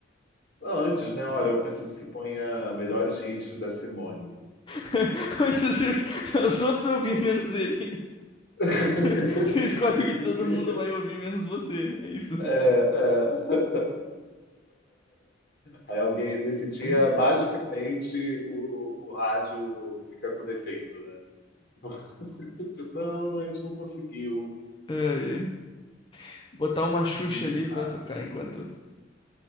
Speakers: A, on the left; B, on the left.
A: Ah, antes, né? hora eu preciso que ponha melhores hits da Simone.
B: <laughs> Antes da cirurgia, Os outros ouvir menos ele.
A: <laughs>
B: <laughs> Ele Escolhe o que todo mundo vai ouvir, menos você. É isso.
A: É, é. Aí alguém, nesse dia,
B: É,
A: basicamente, o, o rádio fica com defeito, né? <laughs> Não, a gente não conseguiu.
B: Ai, ai. Botar uma Xuxa
A: Que bizarro.
B: ali pra tocar enquanto.